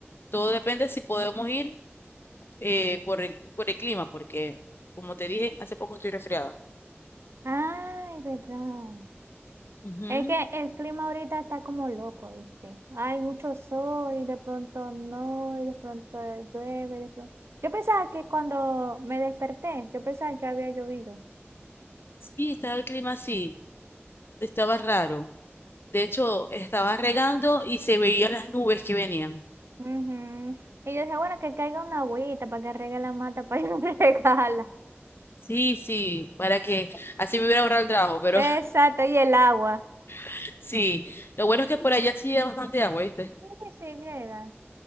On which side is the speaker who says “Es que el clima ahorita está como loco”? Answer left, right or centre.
Right